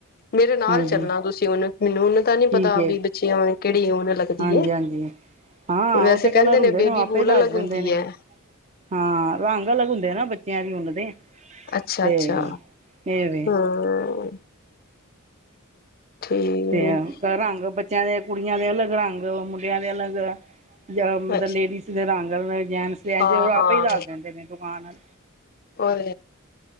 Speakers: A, on the left; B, on the right.
A: ਮੇਰੇ ਨਾਲ
B: ਹਾਂਜੀ
A: ਚੱਲਣਾ ਤੁਸੀ ਹੁਨ, ਮੈਨੂੰ ਉੱਨ ਦਾ ਨਈ
B: ਠੀਕ
A: ਪਤਾ
B: ਹੈ
A: ਆ ਵੀ ਬੱਚਿਆ ਨੂੰ ਕਿਹੜੀ ਉੱਨ ਲੱਗਦੀ
B: ਹਾਂਜੀ
A: ਏ।
B: ਹਾਂਜੀ ਹਾਂ
A: ਵੈਸੇ
B: ਉਹ ਤਾਂ ਕਲਰ
A: ਕਹਿੰਦੇ
B: ਹੁੰਦੇ
A: ਨੇ ਬੇਬੀ
B: ਉਹ ਆਪੇ
A: ਬੋਲ
B: ਦੱਸ
A: ਅਲੱਗ
B: ਦਿੰਦੇ
A: ਹੁੰਦੀ
B: ਨੇ
A: ਏ।
B: ਹਾਂ, ਰੰਗ ਅਲੱਗ ਹੁੰਦੇ ਆ ਨਾ ਬੱਚਿਆਂ ਦੀ ਉੱਨ ਦੇ।
A: ਅੱਛਾ-ਅੱਛਾ,
B: ਅਤੇ ਇਹ ਵੇ
A: ਹੂੰ ਠੀਕ
B: ਤੇ ਰੰਗ ਬੱਚਿਆਂ ਦੇ ਕੁੜੀਆਂ ਦੇ ਅਲੱਗ ਰੰਗ, ਮੁੰਡਿਆਂ ਦੇ ਅਲੱਗ ਮਤਲਬ
A: ਅੱਛਾ
B: ਲੇਡੀਜ਼ ਦੇ ਰੰਗ, ਜੈਂਟਸ ਦੇ
A: ਹਾਂ ਹਾਂ
B: ਆਪ ਹੀ ਦੱਸ ਦਿੰਦੇ ਨੇ ਦੁਕਾਨ ਆਲੇ।
A: ਹੋਰ